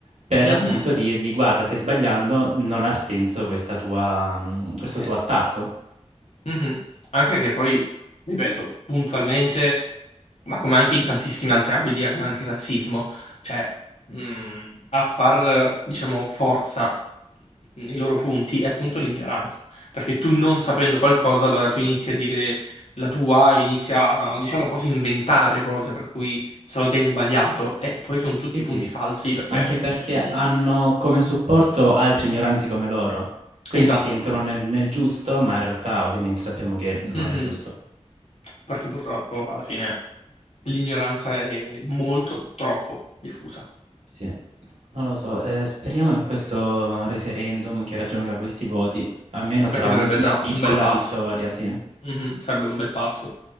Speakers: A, on the right; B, on the left.
A: per
B: Mhm.
A: appunto dirgli: Guarda, stai sbagliando, non ha senso questa tua, mh, questo
B: Sì.
A: tuo attacco.
B: Mhm. Anche perché poi, ripeto, puntualmente, ma come anche in tantissimi altri ambiti, eh, come anche il razzismo, cioè, mh, a far, diciamo, forza nei loro punti è appunto l'ignoranza. Perché tu non sapendo qualcosa, allora tu inizi a dire la tua, inizi a, diciamo, quasi inventare cose per cui secondo te hai sbagliato, e poi sono tutti
A: Sì, sì,
B: punti falsi perché...
A: anche perché
B: mh,
A: hanno come supporto altri ignoranti come loro. Quindi
B: esatto.
A: si sentono nel, nel giusto, ma in realtà ovviamente sappiamo che non
B: Mhm.
A: è giusto.
B: Perché purtroppo alla fine. l'ignoranza è molto, troppo diffusa,
A: Sì, non lo so. eh, speriamo in questo referendum che raggiunga questi voti. Almeno sarà
B: perché
A: un-
B: sarebbe
A: una
B: già
A: piccola
B: un bel passo.
A: vittoria, sì.
B: Mhm, sarebbe un bel passo.